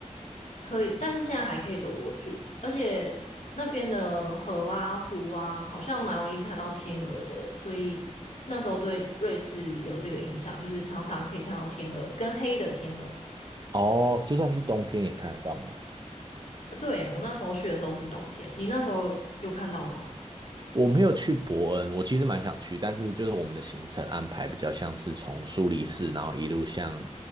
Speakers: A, on the left; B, on the right.
A: 可以，但是现在还可以走过去，而且那边的河啊、湖啊，好像蛮容易看到天鹅的，所以那时候对瑞士有这个印象，就是常常可以看到天鹅跟黑的天鹅。
B: 哦，就算是冬天也看得到吗？
A: 呃对，我那时候去的时候是冬天，你那时候有看到吗？
B: 我没有去伯恩，我其实蛮想去，但是就是我们的行程安排比较像是从苏黎世，然后一路向